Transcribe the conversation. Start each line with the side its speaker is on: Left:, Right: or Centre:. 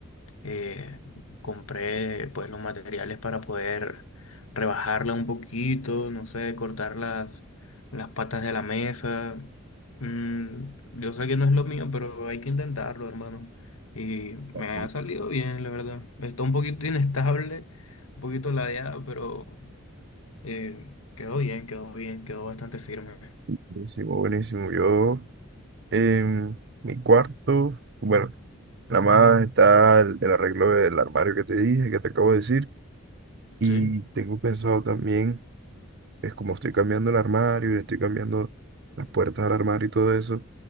Left: eh, compré pues los materiales para poder rebajarla un poquito, no sé, cortar las, las patas de la mesa. Mm, yo sé que no es lo mío, pero hay que intentarlo, hermano. Y me
Right: Bu-
Left: ha salido bien, la verdad. Está un poquito inestable, un poquito ladeada, pero eh, quedó bien, quedó bien, quedó bastante firme.
Right: Buenísimo, buenísimo. Yo en mi cuarto, bueno, nada más está el, el arreglo del armario que te dije, que te acabo de decir. Y
Left: Sí,
Right: tengo pensado también, es como estoy cambiando el armario y le estoy cambiando las puertas del armario y todo eso,